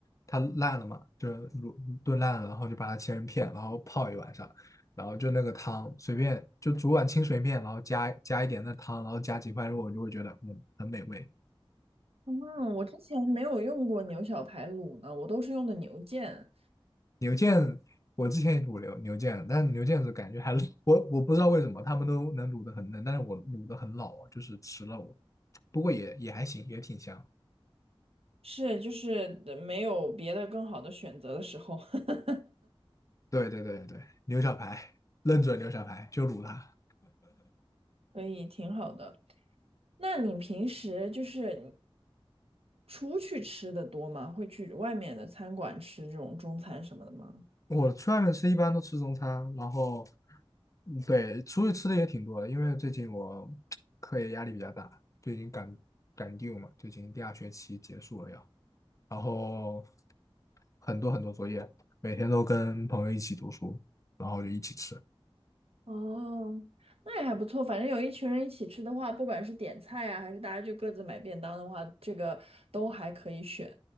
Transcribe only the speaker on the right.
嗯，我之前没有用过牛小排卤呢，我都是用的牛腱，
是就是呃没有别的更好的选择的时候，<laughs>
所以挺好的。那你平时就是你出去吃的多吗？会去外面的餐馆吃这种中餐什么的吗？
哦，那也还不错，反正有一群人一起吃的话，不管是点菜啊，还是大家就各自买便当的话，这个都还可以选。